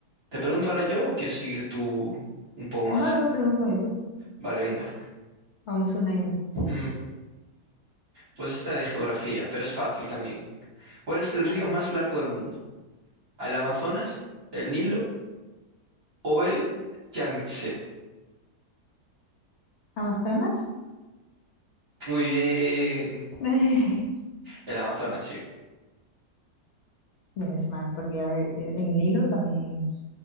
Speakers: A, on the right (about 45°); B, on the left (about 60°).
A: ¿Te pregunto ahora yo o quieres seguir tú un poco más?
B: Vale, pregúntame tú.
A: Vale, venga.
B: Vamos una y una.
A: Mm, pues esta de geografía, pero es fácil también. ¿Cuál es el
B: A
A: río
B: ver.
A: más largo del mundo? ¿El Amazonas, el Nilo o el Yangtze?
B: ¿Amazonas?
A: Muy bien.
B: <laughs>
A: El Amazonas, sí.
B: Menos mal, porque a ver, el, el Nilo también